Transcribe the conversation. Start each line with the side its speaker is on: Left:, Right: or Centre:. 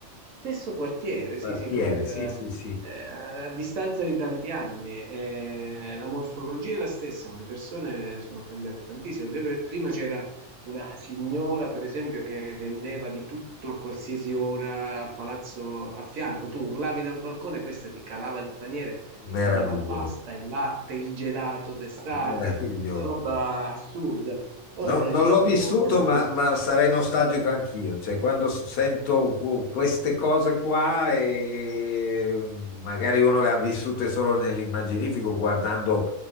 Right: Stesso quartiere,
Left: quartiere,
Right: sì, sì, proprio il,
Left: sì, sì, sì,
Right: eh, a, a distanza di tanti anni. eh, la morfologia è la stessa, ma le persone sono cambiate tantissimo. Pre- Prima c'era una signora, per esempio, che vendeva di tutto a qualsiasi ora al palazzo a fianco. Tu urlavi dal balcone, questa ti calava il paniere e
Left: meraviglioso,
Right: ti dava la pasta, il latte, il gelato d'estate,
Left: meraviglioso.
Right: una roba assurda. Ora
Left: No-
Right: non
Left: non
Right: esistono
Left: l'ho vissuto,
Right: quasi
Left: ma,
Right: più.
Left: ma sarei nostalgico anch'io, cioè quando s- sento cu- queste cose qua e magari uno le ha vissute solo nell'immaginifico guardando